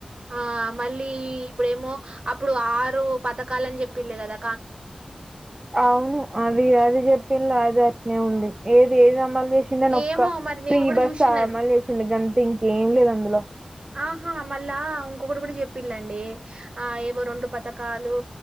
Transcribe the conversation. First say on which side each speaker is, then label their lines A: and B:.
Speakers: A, on the right; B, on the right.
A: ఆ మళ్ళీ ఇప్పుడేమో అప్పుడు ఆరు పథకాలని చెప్పిళ్ళు కదా
B: అవును అది అది చెప్పిన్లు అది అట్నే ఉంది ఏది ఏదమ్ మళ్ళ ఎషిండు అని ఒక్క
A: ఏమో మరి నేను
B: ఫ్రీ
A: గూడా
B: బస్
A: జూషినన్
B: మళ్ళ ఎషిండు గంత ఇంకేం లేదు అందులో
A: ఆహా మళ్ళా ఇంకొకటి కూడా చెప్పిల్లండి. ఆ ఏవో రెండు పతకాలు